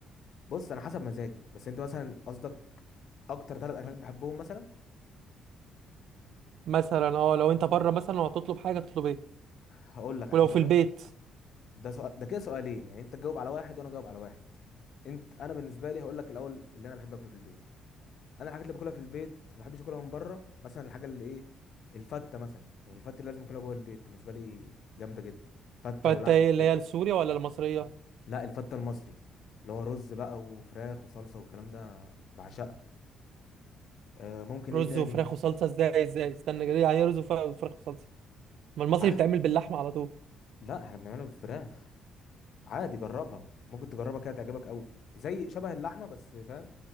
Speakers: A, on the left (about 50°); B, on the right (about 65°).
A: بص انا حسب مزاجي بس انت مثلا قصدك اكتر ثلاث اكلات بحبهم مثلا
B: مثلا اه لو انت بره مثلا وهتطلب حاجة تطلب ايه
A: هقول لك
B: ولو
A: عشان ده
B: في
A: سؤال
B: البيت
A: ده سؤال ده كده سؤالين يعني انت تجاوب على واحد وانا اجاوب على واحد انت انا بالنسبه لي هقول لك الاول اللي انا بحب اكله في البيت انا الحاجات اللي باكلها في البيت ما بحبش اكلها من بره مثلا الحاجه اللي ايه الفته مثلا يعني الفته اللي لازم اكلها جوه البيت بالنسبه لي جامده جدا فته
B: فانت
A: ولحمه
B: ايه اللي
A: كده
B: هي السورية ولا المصرية
A: لا الفته المصري اللي هو رز بقى وفراخ وصلصه والكلام ده بعشقها آه ممكن
B: رز
A: ايه تاني
B: وفراخ وصلصة ازاي ازاي استنى كده، يعني ايه رز وفراخ وفراخ وصلصة ما المصري
A: عاد
B: بيتعمل باللحمة على طول
A: لا احنا بنعملها بالفراخ عادي جربها ممكن تجربها كده تعجبك قوي زي شبه اللحمه بس فاهم